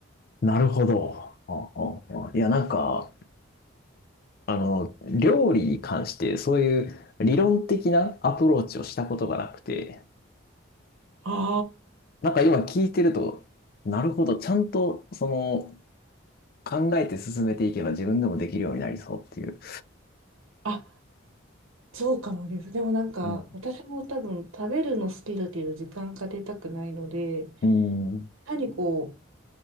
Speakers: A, on the left (about 45°); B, on the right (about 80°).
A: なるほど。あああいや、なんか、あの、料理に関して、そういう理論的なアプローチをしたことがなくて、
B: あ
A: なんか今聞いてると、なるほど、ちゃんと、その、考えて進めていけば自分でもできるようになりそうっていう。
B: あ、あ、そうかもです。でもなんか、
A: う
B: 私も多分食べるの好きだけど時間かけたくないので、
A: ん。うん。
B: 単にこう、